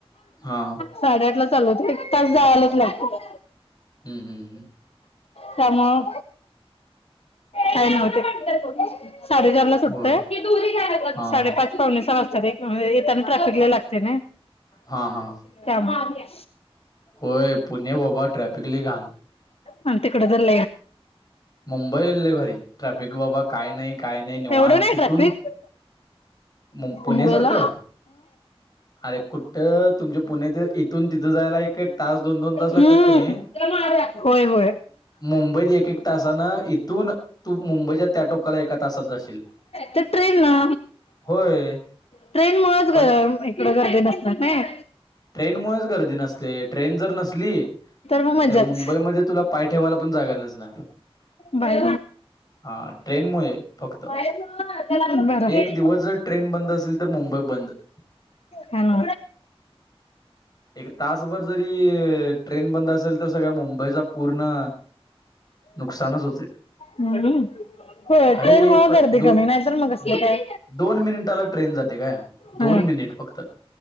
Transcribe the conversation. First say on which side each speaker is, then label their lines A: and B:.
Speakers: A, on the left; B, on the left.
A: हा
B: साडेआठ ला चालवत एक तास जायलाच लागत
A: हम्म हम्म हम्म
B: त्या म काय नव्हते साडेचार ला सुटतय
A: होय हा
B: साडेपाच पावणेचा वाजताात येताना ट्रॅफिकला लागते ना
A: हा हा
B: त्यामुळे
A: होय पुणे वबा ट्रॅफिक ल घाण
B: अ त कडदल
A: मुंबई ये आहे भारी ट्रॅफिक बाबा काय नाही काय नाही निवण
B: एवढं नाही
A: कुठून
B: ट्रॅफिक
A: म पुण्या
B: मुंबईला
A: सारखं अरे कुठठ तुमच्या पुण्या इथून तिथं जायला एक एक तास दोन दोन
B: हम्म होय होय
A: मुबईत त इथून तू मुंबईच्या त्या टोकाला एका तासात जाशील
B: ते ट्रेन ना
A: होय
B: ट्रेन मुळच
A: पण
B: इडं गर्दी नसत नाही
A: ट्रेनमुळेच गर्दी नसते ट्रेन जर नसली
B: मग मजाच
A: तर मुंबईमध्ये तुला पाय ठेवायला पण जागा नसणार
B: बाय
A: हा ट्रेन मु फक्त
B: बरं. काय
A: एक दिवस जर ट्रेन बंद असेल तर मुंबई बंद
B: का ना
A: एक तासभर जरी ट्रेन बंद असेल तर सगळ्या मुंबईचा पूर्ण नुकसानच होते
B: हम हो
A: अरे
B: ट्रेन
A: हे
B: मग
A: प
B: गर्दी
A: दो
B: कमी नाहीतर मग कसलं
A: दो
B: काय
A: दोन मिनिटाला ट्रेन जाते काय दोन
B: हा
A: मिनिट फक्त